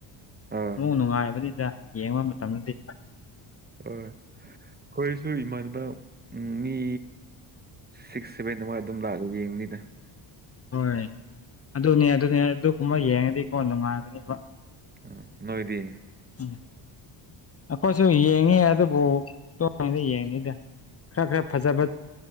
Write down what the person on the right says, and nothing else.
ꯑꯥ
ꯍꯣꯏ ꯑꯩꯈꯣꯏꯁꯨ ꯏꯃꯥꯟꯅꯕ ꯎꯝ ꯃꯤ ꯁꯤꯛꯁ ꯁꯚꯦꯟꯗ ꯑꯗꯨꯃꯥꯏ ꯑꯗꯨꯝ ꯂꯥꯛꯂꯒ ꯌꯦꯡꯕꯅꯤꯗ
ꯑꯝ ꯅꯣꯏꯗꯤ
ꯑꯣ